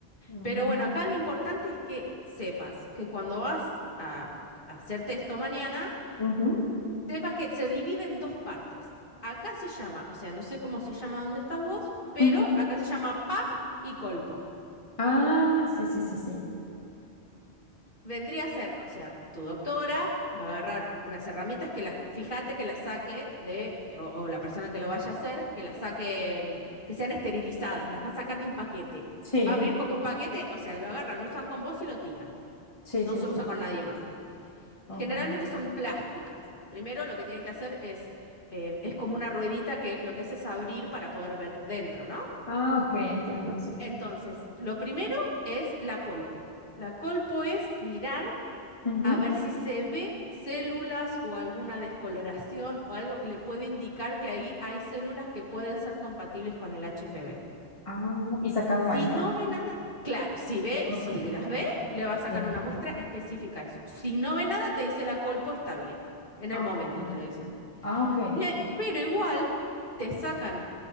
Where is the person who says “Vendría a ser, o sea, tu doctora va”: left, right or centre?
Left